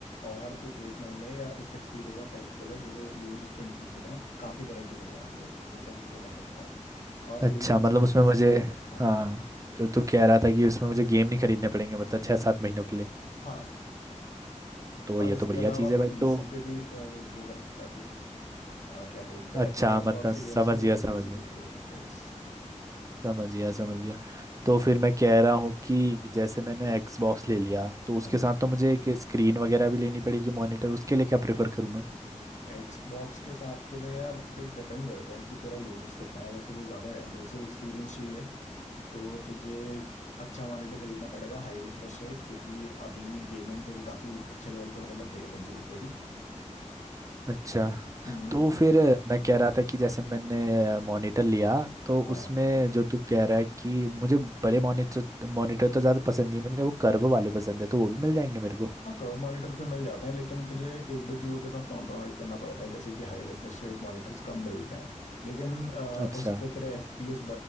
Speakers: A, on the left; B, on the right.
A: और तू एक महीने या एक फिक्स पीरियड ऑफ टाइम के लिए जो जो गेम्स उस पर इंक्लूडेड हैं काफी वैरायटी मिल जाती है तू वो सारी चीजें कर सकता है और
B: अच्छा
A: सेम चीज
B: मतलब
A: तो
B: उसमें
A: पीसी
B: मुझे
A: के लिए भी कर हाँ
B: हाँ जो तू कह रहा था कि उसमें मुझे गेम नहीं खरीदने पड़ेंगे मतलब छः सात महीनों के लिए
A: हाँ
B: तो
A: और
B: ये
A: इसके
B: तो बढ़िया
A: अलावा
B: चीज़ है भाई
A: पीसी
B: तो
A: पे भी अ, लाइक वो कर सकता है तू अ, क्या बोलते
B: अच्छा
A: हैं जो एक्सबॉक्स
B: मतलब समझ
A: के गेम्स हैं वो
B: गया
A: तू
B: समझ
A: पीसी
B: गया
A: पे भी खेल सकता है यस
B: समझ गया समझ गया तो फिर मैं कह रहा हूँ कि जैसे मैंने एक्सबॉक्स ले लिया तो उसके
A: हाँ जी
B: साथ तो मुझे एक स्क्रीन वगैरह भी लेनी पड़ेगी मॉनिटर उसके लिए क्या प्रेफर करूँ
A: एक्सबॉक्स के साथ के लिए यार देख डिपेंड करता है कि तेरा यूजेस कितना है अगर तुझे ज़्यादा इमर्सिव एक्सपीरियंस चाहिए तो तुझे अच्छा मॉनिटर खरीदना पड़ेगा हाई रिफ्रेश रेट क्योंकि अभी गेमिंग तेरी काफ़ी अच्छे लेवल पे होने लग गई है कंसोल्स पे भी
B: अच्छा
A: हम्म
B: तो फिर मैं कह रहा था कि जैसे मैंने मॉनिटर लिया तो
A: हाँ
B: उसमें जो तू कह रहा है कि मुझे बड़े मॉनिटर मॉनिटर तो ज़्यादा पसंद नहीं मुझे वो कर्व वाले पसंद है तो वो भी मिल जाएंगे मेरे को
A: हाँ कर्व मॉनिटर्स भी मिल जाते हैं लेकिन तुझे एक दो चीज़ों के साथ कॉम्प्रोमाइज़ करना पड़ता है जैसे कि हाई रिफ्रेश रेट मॉनिटर्स कम मिलते हैं लेकिन अ,
B: अच्छा
A: उस पे तेरे एफ पी एस